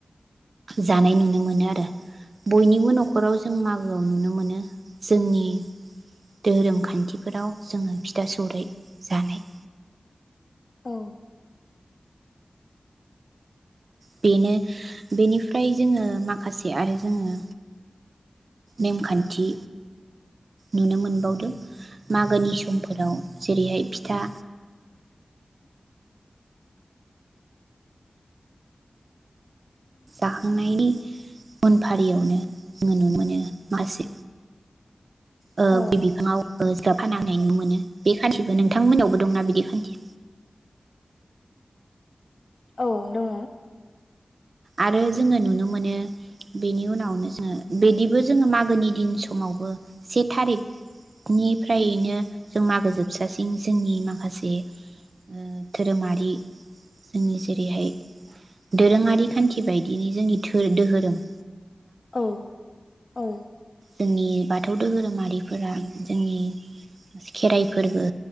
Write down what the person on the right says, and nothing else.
जानाय नुनो मोनो आरो। बयनिबो न'खराव जों मागो नुनो मोनो जोंनि धोरोम खान्थिफोराव जोङो फिथा सौराय जानाय।
बेनो बेनिफ्राय जोङो माखासे आरो जोङो नेमखान्थि नुनो मोनबावदों। मागोनि समफोराव। जेरैहाय फिथा जाखांनायनि उन फारियावनो। नुनो मोनो मासे
ओ गय बिफांआव ओ जिगाब खाना होनाय नुनो मोनो। बे खान्थिबो नोंथांमोननावबो दंना बिदि खान्थि।
आरो जोङो नुनो मोनो बेनि उनावनो जोङो बिदिबो जोङो मागोनि दिन समावबो से थारिखनिफ्रायनो जों मागो जोबजासिन जोंनि माखासे ओ धोरोमारि जोंनि जेरैहाय दोरोङारि खान्थि बायदियैनो जोंनि धो दोहोरोम।
जोंनि बाथौ दोहोरोमारिफोरा जोंनि खेराइ फोरबो